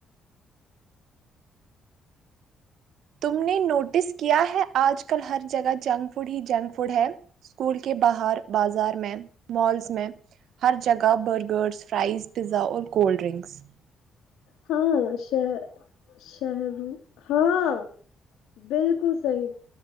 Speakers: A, on the right; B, on the left.
A: تم نے نوٹس کیا ہے آج کل ہر جگہ جنک فوڈ ہی جنک فوڈ ہے اسکول کے باہر بازار میں مالس میں ہر جگہ برگرس فرائز پیزا اور کولڈ ڈرنکس
B: ہاں شہ شہری ہاں بالکل صحیح